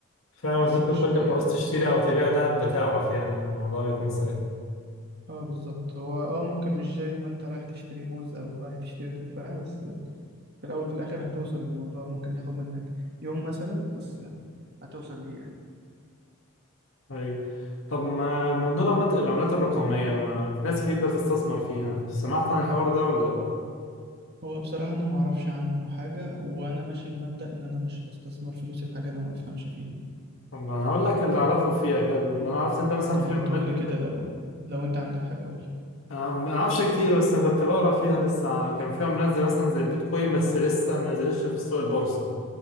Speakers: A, on the left; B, on the right.
A: فعلا
B: بس
A: اديته
B: مش
A: كل
B: ما يعني
A: ما عاوز تشتري او تبيع ده بتعرف يعني الموضوع بيكون سهل
B: اه بالظبط هو اه ممكن مش زي ما انت رايح تشتري موز او رايح تشتري تفاح بس في الاول في الاخر هتوصل للموضوع ممكن ياخد منك يوم مثلا بس هتوصل ليه يعني
A: ايوه طب ما موضوع العملات العملات الرقمية ما- في ناس كتير بتستثمر فيها سمعت عن الحوار ده ولا لا؟
B: هو بصراحة أنا معرفش عنه حاجة وأنا ماشي بمبدأ إن أنا مش بستثمر فلوسي في حاجة أنا ما بفهمش فيها
A: طب انا هقول لك اللي اعرفه فيها كان اللي انا عرفت انت مثلا
B: طب
A: في
B: ما
A: عملات
B: تقولي كده لو لو أنت عندك حاجة قولي
A: أنا ما اعرفش كتير بس انا كنت بقرا فيها لسه كان فيها منزل مثلا زي البيتكوين بس لسه ما نزلتش في السوق البورصه